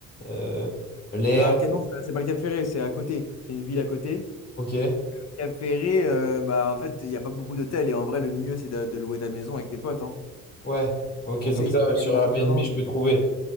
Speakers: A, on the left; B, on the left.
A: euh, l'air,
B: non, Canon, c'est pas le Cap Ferré, c'est à côté, c'est une ville à côté.
A: ok.
B: Cap Ferré, euh, bah, en fait, il n'y a pas beaucoup d'hôtels et en vrai, le mieux, c'est de, de louer ta maison avec tes potes. Hein.
A: Ouais, ok,
B: Conseil,
A: donc là,
B: si t'as les
A: sur
B: moyens.
A: Airbnb, je peux trouver.